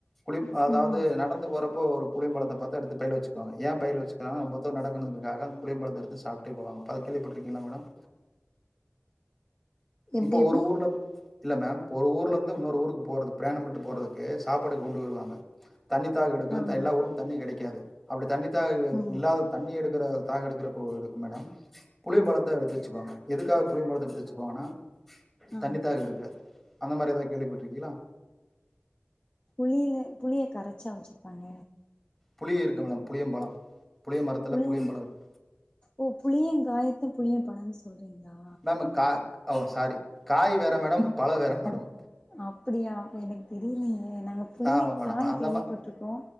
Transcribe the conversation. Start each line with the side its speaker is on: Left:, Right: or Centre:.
Centre: புளிப் அதாவது
Left: ம்
Centre: நடந்து போறப்போ ஒரு குளியமரத்த பார்த்தா எடுத்து பைல வச்சு ங்க ஏன் பய்ல வச்சக்காங்க ரொம்ப தூரோ நடக்கதுக்காக அந்த புலியம்பலத்தைடுத்து சாப் நடந்துபோவாங்க அது கேள்வி பட்டிருக்கீங்களா மேடம்
Left: எப்டி
Centre: இப்போ
Left: எப்டி
Centre: ஒரு ஊர்ல இல்ல மேம் ஒரு ஊர்ல இருந்து இன்னொரு ஊருக்கு போறது பிரயாணம் பண்ட்டு போறதுக்கு சாப்பாடு கொண்டு வருவாங்க தண்ணி தாகோ எடுக்கு
Left: ஆ
Centre: எல்ல ஊருலையு தண்ணி கிடைக்காது அப்டி தண்ணி தாக
Left: ம்
Centre: இல்லாத தண்ணி எடுக்குர தாக எடுக்கிறக்கு எடுக்கு மேடம் புளிய பழத் ல்லாரு எடுத்துச்சுக்காங்க எதுக்காக புலியபழத்த எடுத்து வச்சுபோனா
Left: ஆ
Centre: தன்னிதாக எடுக்காது அந்த மாரி ஏதாவது கேள்விப்பட்டிருக்கீங்களா
Left: புளியில புளிய கரைச்சா வச்சிருப்பாங்க
Centre: புளி இருக்கும்ல புளியம்பழம் புளிய மரத்துல
Left: புளிய
Centre: புளியம்பழம் இருக்கு
Left: ஓ புளியன் காய்ல புளியபழம் சொல்றன் அப்டிங்களா
Centre: மேம் கா ஓ சாரி காய் வேற மேடம் பழ வேற மேடம்
Left: அப்படியா அப்போ எனக்கு தெரியலங்க அ நாங்க புளிய
Centre: ஆமா மேடம்
Left: காய்
Centre: அந்த
Left: கேள்வி
Centre: மா
Left: பட்டிடுருக்கோ